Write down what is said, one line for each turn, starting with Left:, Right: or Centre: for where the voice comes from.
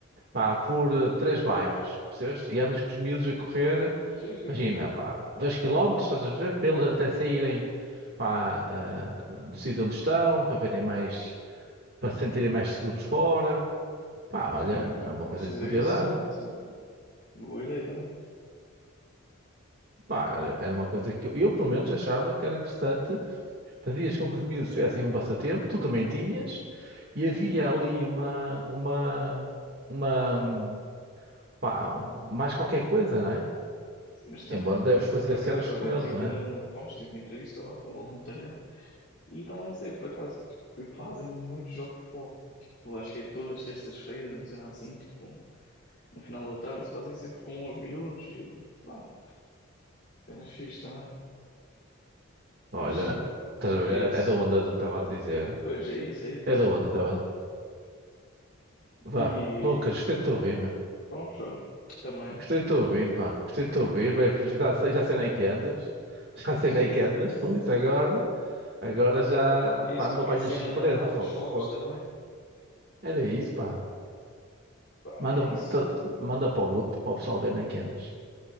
Right: pá, por eh, três bairros, percebes? E andas com os miúdos a correr
Left: Sim, sim,
Right: Imagina,
Left: sim, sim.
Right: pá, 2 quilómetros estás a ver? Para eles até saírem, pá, ah, do sítio onde estão, para verem mais, para se sentirem mais seguros fora. Pá, olha,
Left: Sim, sim.
Right: era uma
Left: Podes
Right: coisa
Left: fazer
Right: que podia
Left: isso
Right: dar.
Left: também, sim. sim. Boa ideia também.
Right: Pá, era, era uma coisa que eu, eu, pelo menos, achava que era interessante. Fazias com que os miúdos tivessem um passatempo, tu também tinhas, e
Left: Sim,
Right: havia
Left: sim, sim.
Right: ali uma, uma, uma, hum, pá, um- mais qualquer coisa, não é?
Left: Mas também
Right: Embora
Left: tem,
Right: deves fazer
Left: por acaso,
Right: cenas com
Left: olha,
Right: eles,
Left: tive
Right: não
Left: uma,
Right: é?
Left: pronto, tive uma entrevista lá para o voluntariado e estão a dizer, por acaso, tipo, que fazem muitos jogos de futebol. Tipo, acho que é todas as terças-feiras, não sei lá assim, tipo, no final da tarde fazem sempre com os miúdos e lá, cenas fixe também.
Right: Olha,
Left: Mas sim,
Right: estás
Left: mas
Right: a ver?
Left: é isso.
Right: É é da onda do que estava a dizer.
Left: Pois é isso, é isso, basicamente.
Right: É da onda, tá bem? Vá.
Left: E
Right: Lucas, gostei de te ouvir, meu.
Left: pronto, olha, também
Right: Gostei de te ouvir, pá. Gostei de te ouvir. Bem, que Já sei, já sei nem que andas. <laughs> Já
Left: <laughs>
Right: sei nem
Left: é
Right: que andas.
Left: isso.
Right: Foi isso agora. Agora já.
Left: É isso,
Right: Pá,
Left: qualquer
Right: não me apanhas
Left: cena,
Right: de surpresa.
Left: mandar umas
Right: Fogo,
Left: fotos
Right: fogo.
Left: também.
Right: Era isso, pá.
Left: Pá,
Right: Manda,
Left: é isso.
Right: tá- manda para o grupo, para o pessoal ver nem que andas.